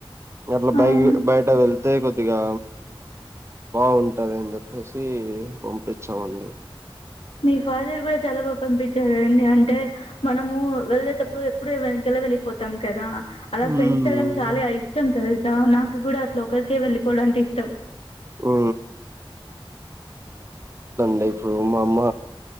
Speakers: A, on the right; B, on the left.
A: ఎట్లా
B: అవును.
A: బయ బయట వెళ్ అద కొద్దిగా బాగుంటద ఏని చెప్పే పంపించామండి
B: మీ ఫాదర్ కూడా చాలా బాగా పంపించారండి. అంటే మనము వెళ్లేేటప్పుడు ఎప్పుడు వెనకలా వెళ్ళిపోతాం కదా. అలా
A: హ్మ్
B: ఫ్రెండ్స్ తడం చాలా ఇష్టం తెలుసా నాకు కూడా అ లోకలిక వెళ్ళలిపోవడానికి ఇష్టం
A: ఆ డి ఇప్పుడు మా అమ్మ